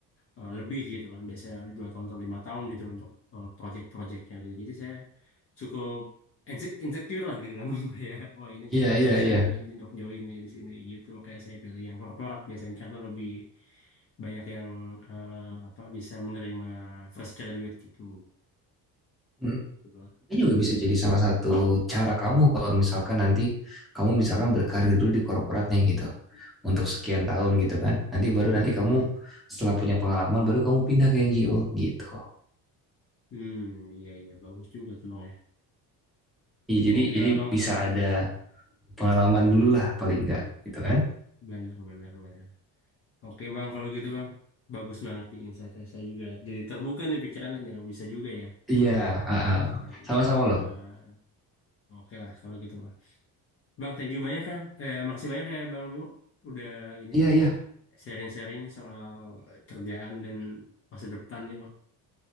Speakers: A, on the left (about 35°); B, in the centre.
A: eh, lebih gitu kan biasanya dua tahun atau lima tahun gitu untuk eh, project-projectnya gitu jadi saya cukup inse- insecure lah gitu kan <laughs> kayak wah ini
B: Iya,
A: kayaknya
B: iya,
A: susah
B: iya.
A: nih untuk join nih di sini gitu makanya saya pilih yang korporat biasanya karena lebih banyak yang eh, apa bisa menerima fresh graduate gitu
B: Hmm.
A: gitu bang
B: Ini juga bisa jadi salah satu cara kamu kalau misalkan nanti kamu misalkan berkarir dulu di korporatnya gitu. Untuk sekian tahun gitu kan. Nanti baru
A: Mm,
B: nanti
A: mm,
B: kamu
A: mm.
B: setelah punya pengalaman baru kamu pindah ke NGO gitu.
A: Hmm, iya iya bagus juga tuh bang ya.
B: Iya, jadi
A: Oke
B: jadi
A: lah bang
B: bisa
A: kalau gitu,
B: ada pengalaman dulu lah paling enggak gitu kan.
A: benar benar benar. Oke bang kalau gitu bang, bagus banget di insight saya juga. Jadi terbuka nih pikirannya nih, oh, bisa juga ya
B: Iya, ah,
A: kalau
B: ah.
A: misalkan.
B: Sama-sama loh.
A: eh, oke lah kalau gitu bang. Bang thank you banyak ya, eh, makasih banyak ya bang Bimo. Udah ini
B: Iya, iya.
A: sharing-sharingnya soal kerjaan dan masa depan nih bang.